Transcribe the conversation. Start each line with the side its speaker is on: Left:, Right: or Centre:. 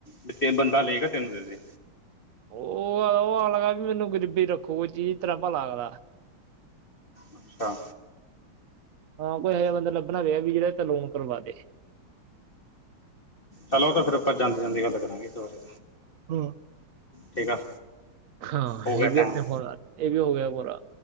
Left: ਵੀ ਬੰਦਾ ਲਏਗਾ ਤੈਨੂੰ ਦੇ ਦੇ
Right: ਓ-ਅ-ਓ ਆ ਲਗਾ ਵੀ ਮੈਨੂੰ ਗ਼ਰੀਬੀ ਰੱਖੋ ਕੋਈ ਚੀਜ਼ ਤੇਰਾ ਭਲਾ ਕਰਾ
Left: ਅੱਛਾ।
Right: ਹਾਂ, ਕੋਈ ਇਹੋ ਜਿਹਾ ਬੰਦਾ ਲੱਭਣਾ ਪਏਗਾ, ਵੀ ਜਿਹੜਾ ਏਹ ਤੇ ਲੋਨ ਕਰਵਾ ਦੇ।
Left: ਚਲ ਉਹ ਤਾਂ ਫੇਰ ਆਪਾਂ ਜਾਂਦੇ ਜਾਂਦੇ ਗੱਲ ਕਰਾਂਗੇ ਇਸ ਵਾਰੇ।
Right: ਹਮ।
Left: ਠੀਕ ਆ।
Right: ਹਾਂ
Left: ਹੋ
Right: ਇਹ
Left: ਗਿਆ
Right: ਵੀ ਆਪਣੇ
Left: ਟਾਈਮ
Right: ਹੋਣਾ। ਇਹ ਵੀ ਹੋ ਗਿਆ ਪੂਰਾ।